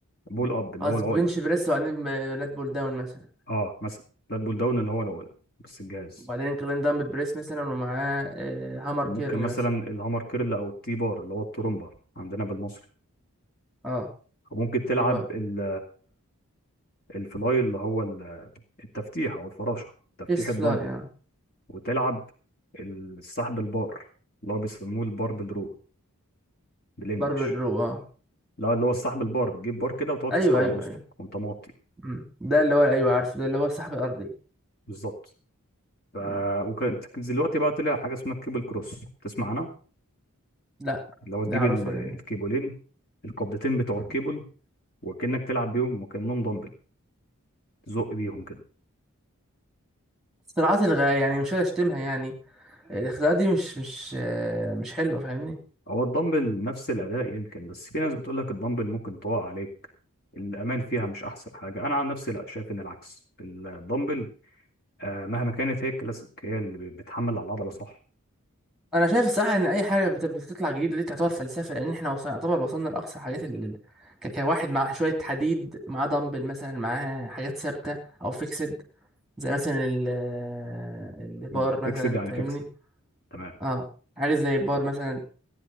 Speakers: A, on the left; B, in the centre.
A: بول اب اللي
B: خلاص
A: هو العقله
B: بنش بريس وبعدين آه، لات بول داون مثلا
A: اه مثلا فلات بول داون اللي هو العقله بس الجهاز
B: وبعدين انكلاين دمبل بريس مثلا ومعاه آه، هامر
A: ممكن
B: كيرل
A: مثلا
B: مثلا
A: الهامر كيرل او التي بار اللي هو الترومبا عندنا بالمصري
B: اه
A: وممكن تلعب
B: يبقى
A: ال- الفلاي اللي هو ال- التفتيح او الفراشه تفتيح
B: تشيست
A: الدمبل
B: فلاي اه
A: وتلعب السحب البار اللي هو بيسموه الباربل رو بالانجلش
B: باربل رو اه
A: لا اللي هو السحب البار بتجيب بار كده وتقعد
B: ايوه
A: تسحب
B: ايوه
A: على وسطك
B: ايوه
A: وانت موطي
B: مم. ده اللي هو ايوه عارفه ده اللي هو السحب الارضي
A: بالظبط ف
B: مم.
A: وكانت دلوقتي بقى طلع حاجه اسمها الكيبل كروس تسمع عنها
B: لا
A: اللي هو تجيب
B: ده عرفها
A: ال- الكيبلين
B: لي
A: القبضتين بتوع
B: مم.
A: الكيبل وكأنك تلعب بيهم وكأنهم دمبل تزق بيهم كده
B: اختراعات الغاية يعني مش قادر اشتمها يعني الاختراعات دي مش مش آه، مش حلوه فاهمني
A: هو الدمبل نفس الأداء يمكن بس في ناس بتقول لك الدمبل ممكن تقع عليك الأمان فيها مش أحسن حاجة أنا عن نفسي لا شايف إن العكس الدمبل آه مهما كانت هي الكلاسيك هي اللي ب- بتحمل على العضلة صح
B: انا شايف الصراحه ان اي حاجه بت- بتطلع جديده دي تعتبر فلسفه لان احنا وصلنا يعتبر وصلنا لاقصى حاجات اللي ك- كواحد مع شويه حديد معاه دمبل مثلا معاه حاجات ثابته او فيكسد زي مثلا ال- آه، البار
A: مم. فيكسد
B: مثلا
A: يعني
B: فاهمني
A: فيكسد تمام
B: اه حاجه زي البار مثلا